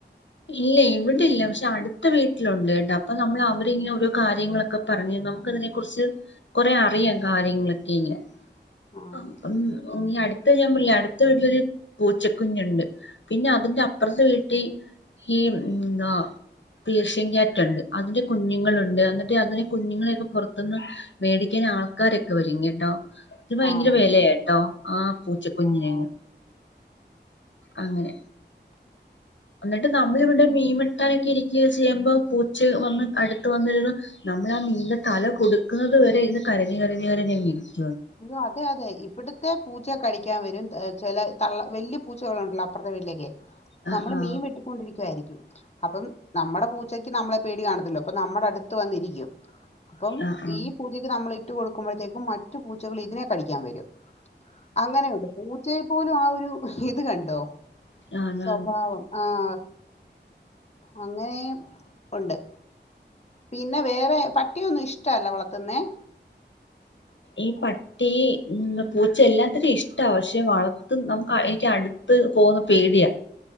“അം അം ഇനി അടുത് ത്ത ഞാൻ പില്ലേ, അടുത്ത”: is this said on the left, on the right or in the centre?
Left